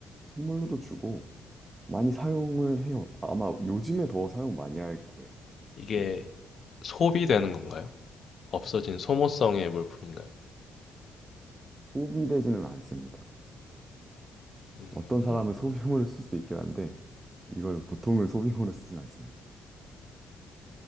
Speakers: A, on the right (about 25°); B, on the left (about 50°).
A: 선물로도 주고, 많이 사용을 해요. 아마 요즘에 더 사용 많이 할 거예요.
B: 이게
A: 네.
B: 소비되는 건가요? 없어진 소모성의 물품인가요?
A: 소비되지는 않습니다.
B: 음,
A: 어떤 사람은 소비용으로 쓸 수도 있긴 한데, 이걸 보통은 소비용으로 쓰진 않습니다.